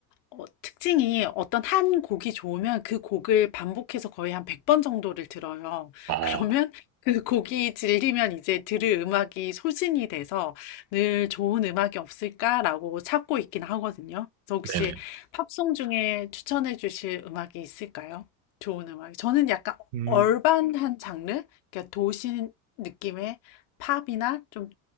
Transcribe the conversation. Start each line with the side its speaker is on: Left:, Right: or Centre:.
Left: 어 특징이 어떤 한 곡이 좋으면 그 곡을 반복해서 거의 한 100번 정도를 들어요.
Right: 어,
Left: <laughs> 그러면 그 곡이 질리면 이제 들을 음악이 소진이 돼서 '늘 좋은 음악이 없을까?'라고 찾고 있긴 하거든요. 그래서 혹시
Right: 네네.
Left: 팝송 중에 추천해 주실 음악이 있을까요? 좋은 음악. 저는 약간
Right: 음,
Left: 얼반한 장르? 그러니까 도시 느낌의 팝이나 좀